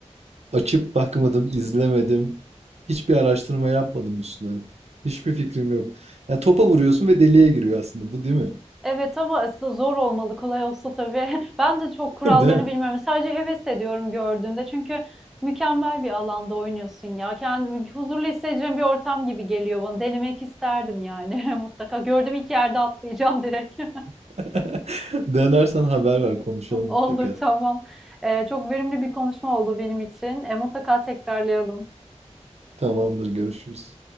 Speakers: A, on the right; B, in the centre.
A: açıp bakmadım, izlemedim. Hiçbir araştırma yapmadım üstüne. Hiçbir fikrim yok. Yani topa vuruyorsun ve deliğe giriyor aslında. Bu değil mi?
B: Evet ama aslında zor olmalı. Kolay olsa tabii. <laughs> Ben de çok kurallarını
A: <laughs> Değil mi?
B: bilmiyorum. Sadece heves ediyorum gördüğümde. Çünkü mükemmel bir alanda oynuyorsun ya. Kendimi huzurlu hissedeceğim bir ortam gibi geliyor bana. Denemek isterdim yani <laughs> mutlaka. Gördüğüm iki yerde atlayacağım direkt.
A: <laughs> Denersen haber ver, konuşalım
B: <laughs>
A: mutlaka.
B: Olur tamam. Ee, çok verimli bir konuşma oldu benim için. E, mutlaka tekrarlayalım.
A: Tamamdır, görüşürüz.